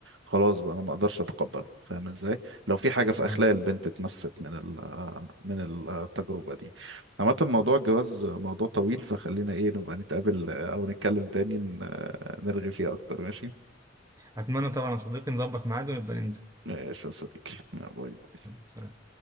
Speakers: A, on the right; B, on the right.
A: خلاص بقى انا ما اقدرش اتقبله فاهم ازاي لو في حاجه في اخلاق
B: ايوه
A: البنت اتمست من ال- من التجربه دي عامه موضوع الجواز موضوع طويل فخلينا ايه نبقى نتقابل او نتكلم تاني ن- نرغي فيه اكتر ماشي
B: اتمنى طبعا يا صديقي نظبط ميعاد ونبقى ننزل
A: ماشي يا صديقي باي
B: سلام